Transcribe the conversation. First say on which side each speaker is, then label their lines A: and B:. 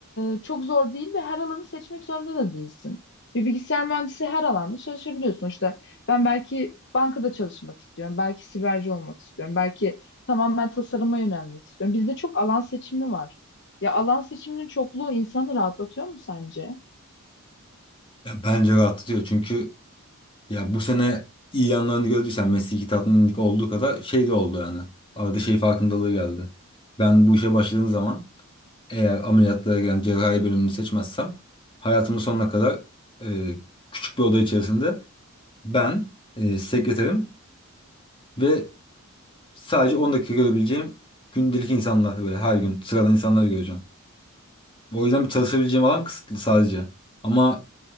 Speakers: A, on the left; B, on the left.
A: e, çok zor değil ve her alanı seçmek zorunda da değilsin. Bir bilgisayar mühendisi her alanda çalışabiliyor sonuçta. Ben belki bankada çalışmak istiyorum, belki siberci olmak istiyorum, belki tamamen tasarıma yönelmek istiyorum. Bizde çok alan seçimi var. Ya alan seçiminin çokluğu insanı rahatlatıyor mu sence?
B: Ya bence rahatlatıyor çünkü ya bu sene iyi yanlarını gördüysen mesleki tatminlik olduğu kadar şey de oldu yani. Arada şey farkındalığı geldi. Ben bu işe başladığım zaman eğer ameliyatlara giren cerrahi bölümünü seçmezsem hayatımın sonuna kadar e, küçük bir oda içerisinde ben e, sekreterim ve sadece 10 dakika görebileceğim gündelik insanlar böyle her gün sıradan insanları göreceğim. O yüzden bir çalışabileceğim alan kısıtlı sadece. Ama